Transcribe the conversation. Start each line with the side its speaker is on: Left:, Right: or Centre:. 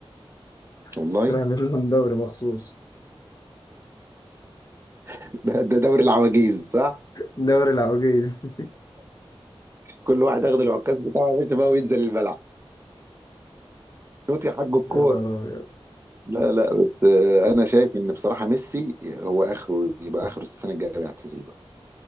Left: <laughs>
Right: والله
Left: هنعمل لهم دوري مخصوص
Right: <laughs> ده, ده دوري العواجيز صح؟
Left: دوري العواجيز <laughs>
Right: كل واحد ياخد العكاز بتاعه يا باشا بقى وينزل الملعب شوط يا حاج الكوره
Left: يا نهار أبيض
Right: لا لا بس آه، انا شايف ان بصراحه ميسي هو اخره يبقى اخر السنه الجايه يعتزل بقى